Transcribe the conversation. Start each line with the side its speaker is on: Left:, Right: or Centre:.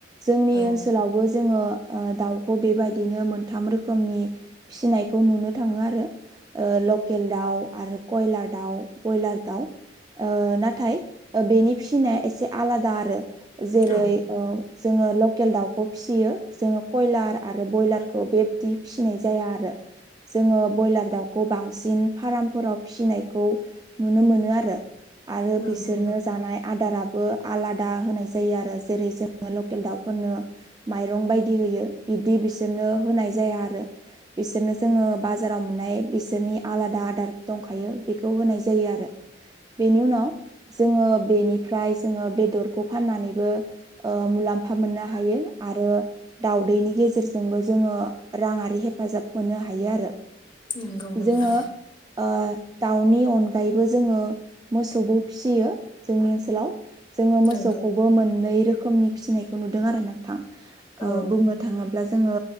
Right: जोंनि
Left: औ
Right: ओनसोलावबो जोङो ओ- दाउखौ बेबायदिनो मोनथाम रोखोम रोखोमनि फिसिनायखौ नुनो थाङो आरो। ओ- लकेल दाउ आरो कयलार दाउ ब्रयलार दाउ ओ- नाथाय ओ- बेनि फिसिनाया एसे आलादा आरो। जेरै
Left: औ
Right: ओ- जोङो लकेल दाउखौ फिसियो जोङो कयलार आरो बयलारखौ बे बिदि फिसिनाय जाया आरो। जोङो ब्रयलार दाउखौ बांसिन फार्मफोराव फिसिनायखौ नुनो मोनो आरो आरो
Left: नंगौ
Right: बिसोरनो
Left: नोंथां
Right: जानाय आदारा बो आलादा होनाय जायो आरो जेरै जोङो लकेल दउफोरनो माइरं बायदि होयो बिदि बिसोरनो होनाय जाया आरो बिसोरनो जोङो बाजाराव मोननाय बिसोरनि आलादा आदार दंखायो बेखौ होननाय जायो आरो। बेनि उनाव जोङो बेनिफ्राय जोङो बेदरखौ फाननानै बो ओ- मुलाम्फा मोननो हायो आरो दाउदैनि गेजेरजोंबो जोङो राङारि हेफाजाब मोनो हायो आरो।
Left: नंगौ नोंथां
Right: जोङो ओ दाउनि अन गायबो जोङो मोसौखौ फिसियो जोंनि ओनसोलाव। जोङो मोसौखौबो
Left: नंगौ
Right: मोननै रोखोमनि फिसिनायखौ नुदों आरो नोंथां ओ-
Left: औ
Right: बुंनो थाङोब्ला जोङो